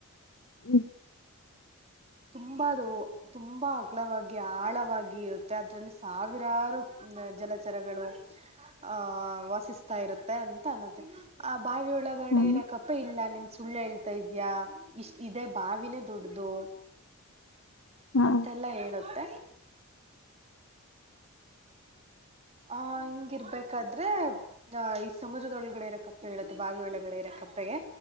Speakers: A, on the left; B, on the right.
A: ಹ್ಮ್
B: ತುಂಬದು ತುಂಬಾ ಅಗಲವಾಗಿ ಆಳವಾಗಿ ಇರುತ್ತೆ ಅದ್ರಲ್ಲಿ ಸಾವಿರಾರು ಜಲಚರಗಳು ಆಹ ವಾಸಿಸ್ತಾ ಇರುತ್ತೆ ಅಂತ ಅನತ್ತೆ. ಆ ಬಾವಿಯ ಒಳಗಡೆ
A: ಹ್ಮ್
B: ಇರಕಪ್ಪೆ ಇಲ್ಲ ನಿ ಸುಳ್ಳು ಹೇಳ್ತಾ ಇದ್ಯಾ ಇಷ್ಟ್ ಇದೇ ಬಾವಿನೇ ದೊಡ್ದು.
A: ಹಾ
B: ಅಂತೆಲ್ಲಾ ಹೇಳುತ್ತೆ. ಆಹ ಹಿಂಗಿರ್ಬೇಕಾದ್ರೆ ಆ ಈ ಸಮುದ್ರದೊಳಗಡೆ ಇರೋ ಕಪ್ಪೆ ಹೇಳತ್ತೆ ಬಾವಿ ಒಳಗಡೆ ಇರೋ ಕಪ್ಪೆಗೆ